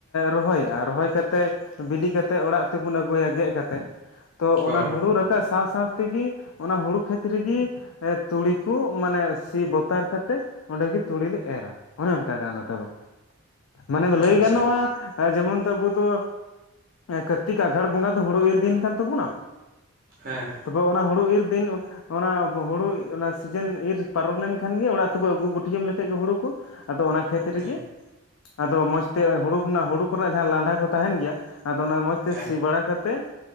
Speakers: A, on the left; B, on the right.
A: ᱨᱚᱦᱚᱭᱟ ᱨᱚᱦᱚᱭ ᱠᱟᱛᱮᱫ ᱵᱤᱞᱤ ᱠᱟᱛᱮᱫ ᱚᱲᱟᱜ ᱛᱮᱵᱚᱱ ᱟᱹᱜᱩᱭᱟ ᱜᱮᱫ ᱠᱟᱛᱮᱫ ᱛᱚ
B: ᱦᱳᱭ
A: ᱚᱱᱟ ᱦᱩᱲᱩ ᱨᱟᱠᱟᱵ ᱥᱟᱶ ᱥᱟᱶ ᱛᱮᱜᱮ ᱚᱱᱟ ᱦᱩᱲᱩ ᱠᱷᱮᱛ ᱨᱮᱜᱮ ᱛᱩᱲᱤ ᱠᱚ ᱢᱟᱱᱮ ᱥᱤ ᱵᱚᱛᱟᱨ ᱠᱟᱛᱮᱜ ᱚᱸᱰᱮ ᱜᱮ ᱛᱩᱲᱤ ᱞᱮ ᱮᱨᱟ᱾ ᱚᱱᱮ ᱚᱱᱠᱟ ᱠᱟᱱᱟ ᱱᱚᱛᱮ ᱫᱚ ᱢᱟᱱᱮ ᱞᱟᱹᱭ
B: ᱟᱪᱪᱷᱟ
A: ᱜᱟᱱᱚᱜᱼᱟ ᱡᱮᱢᱚᱱ ᱛᱚ ᱟᱵᱩ ᱫᱚ ᱠᱟᱨᱛᱤᱠ ᱟᱸᱜᱷᱟᱲ ᱵᱚᱸᱜᱟ ᱫᱚ ᱦᱩᱲᱩ ᱤᱨ ᱫᱤᱱ ᱠᱟᱱ ᱛᱟᱵᱚᱱᱟ
B: ᱦᱮᱸ
A: ᱛᱟᱯᱚᱨ ᱚᱱᱟ ᱦᱩᱲᱩ ᱤᱨ ᱫᱤᱱ ᱚᱱᱟ ᱦᱩᱲᱩ ᱚᱱᱟ ᱥᱤᱡᱤᱱ ᱤᱨ ᱯᱟᱨᱚᱢ ᱞᱮᱱᱠᱷᱟᱱ ᱜᱮ ᱚᱲᱟᱜ ᱛᱮᱵᱚ ᱟᱹᱜᱩ ᱜᱩᱴᱟᱢ ᱞᱮᱠᱷᱟᱡ ᱜᱮ ᱦᱩᱲᱩ ᱠᱚ᱾ ᱟᱫᱚ ᱚᱱᱟ ᱠᱷᱮᱛ ᱨᱮᱜᱮ
B: ᱦᱮᱸ
A: ᱟᱫᱚ ᱢᱚᱡᱽ ᱛᱮ ᱦᱩᱲᱩ ᱨᱮᱱᱟᱜ ᱦᱩᱲᱩ ᱠᱚᱨᱮᱱᱟᱜ ᱡᱟᱦᱟᱸ ᱞᱟᱸᱰᱟ ᱠᱚ ᱛᱟᱦᱮᱱ ᱜᱮᱭᱟ ᱟᱫᱚ ᱚᱱᱟ ᱢᱚᱡᱽ ᱛᱮ
B: ᱦᱮᱸ
A: ᱥᱤ ᱵᱟᱲᱟ ᱠᱟᱛᱮᱫ